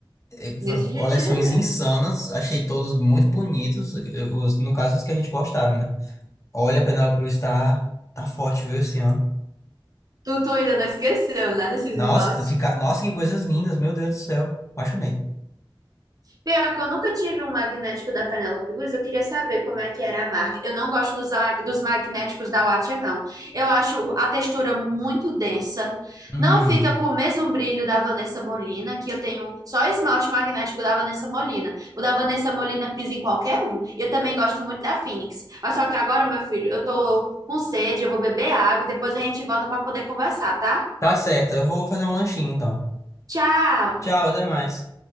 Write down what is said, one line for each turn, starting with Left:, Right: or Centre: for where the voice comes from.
Left: eh, v-
Right: desse jeitinho
Left: coleções
Right: aí mesmo.
Left: insanas. Achei todos muito bonitos. eh, Os, no caso, os que a gente gostaram, né? Olha, a Penélope Cruz tá, tá forte, viu, esse ano.
Right: Tu, tu ainda não esqueceu, né, desses
Left: Nossa,
Right: esmaltes?
Left: fica... Nossa, que coisas lindas, meu Deus do céu. Apaixonei.
Right: Pior que eu nunca tive um magnético da Penélope Luiz, eu queria saber como é que era a marca. Eu não gosto dos, a- dos magnéticos da Wattia, não. Eu acho a textura muito densa.
Left: Hum,
Right: Não fica com o mesmo brilho da Vanessa Molina, que eu tenho só esmalte magnético da Vanessa Molina. O da Vanessa Molina pisa em qualquer um. E Eu também gosto muito da Phoenix. Mas só que agora, meu filho, eu tô com sede, eu vou beber água e depois a gente volta pra poder conversar, tá?
Left: tá certo, eu vou fazer um lanchinho então.
Right: Tchau!
Left: Tchau, até mais.